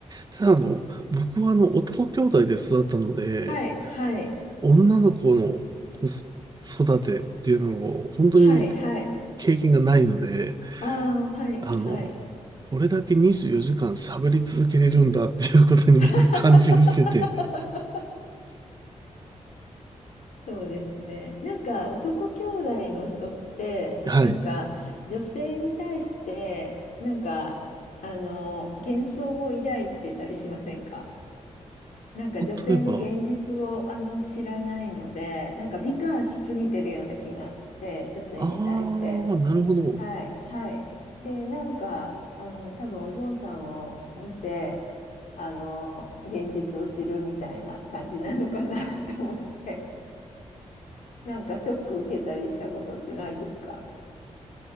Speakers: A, on the right; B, on the left.
A: ただあの、僕はあの男兄弟で育ったので、
B: はい。はい。
A: 女の子の子育てっていうのを本当に
B: はい。はい。
A: 経験がないので、
B: ああ、はい。
A: あの、
B: はい。
A: これだけ24時間喋り続けれるんだっていうことにまず感心してて、
B: <laughs> そうですね。なんか男兄弟の人ってなんか女性に対してなんかあの幻想を抱いてたりしませんか
A: はい。
B: なんか女性の現実をあの知らないのでなんか美化しすぎてるような気がして女性に対して。
A: 例えば、ああ、なるほど。
B: はいはいでなんかあの多分お嬢さんを見てあの現実を知るみたいな感じなのかな <laughs> と思って。なんかショック受けたりしたことってないですか